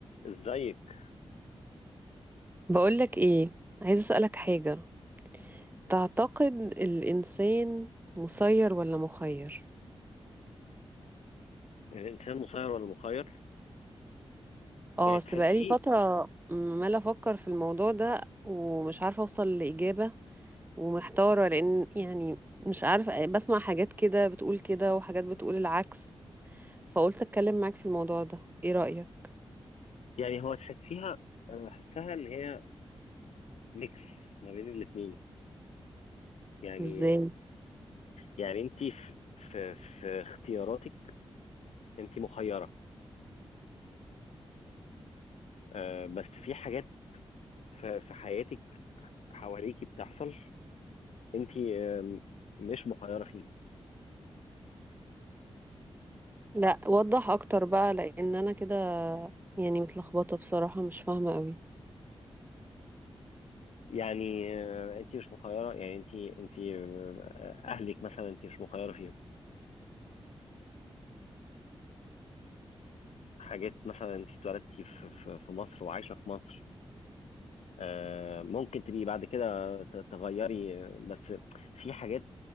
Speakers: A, on the left; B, on the right.
A: ازيك
B: بقولك ايه عايز اسألك حاجة تعتقد الإنسان مسير ولا مخير؟
A: يعني، الانسان مسير ولا مخير
B: اه
A: يعني
B: اصل
A: تحسيه
B: بقالي فترة عمالة أفكر في الموضوع ده ومش عارفة أوصل لإجابة ومحتارة لأن يعني مش عارفة بسمع حاجات كده بتقول كده وحاجات بتقول العكس فقلت أتكلم معاك في الموضوع ده ايه رأيك؟
A: يعني هو تحسيها انا بحسها ان هي ميكس ما بين الاتنين يعني
B: ازاي؟
A: يعني انت في في, في اختياراتك انت مخيره آه بس في حاجات في, في حياتك حواليكي بتحصل انت آه مش مخيره فيهم
B: لا وضح أكتر بقى لأن أنا كده يعني متلخبطة بصراحة مش فاهمة قوي
A: يعني آه انت مش مخيره يعني انت انت آه اهلك مثلا انت مش مخيره فيهم حاجات مثلا انت اتولدتي في, في, في مصر وعايشه في مصر آه، ممكن تبقي بعد كده ت- تغيري آه، بس في حاجات